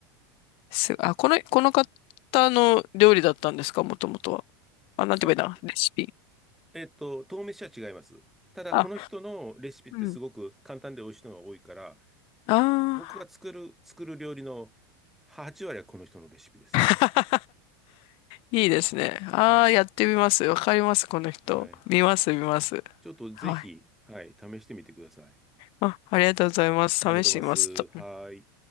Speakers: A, on the left; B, in the centre.
A: す、あ、この、この方の料理だったんですかもともとは。あ、なんて言えばいいな。
B: そ、
A: レシピ。
B: えっと、豆飯は違います。ただ、
A: あ、
B: この人のレシピってすごく簡単で美味しいのが多いから、
A: うん。あ
B: 僕が作る、作る料理の8割はこの人のレシピです。
A: あ。いいですね。ああ、
B: はい。
A: やってみます。わかります、この人。
B: はい。
A: 見ます、見ます。
B: ちょっとぜひ、
A: はい。
B: はい、試してみてください。
A: あ、ありがとうございます。試してみますと。
B: ありがとうございます。はい。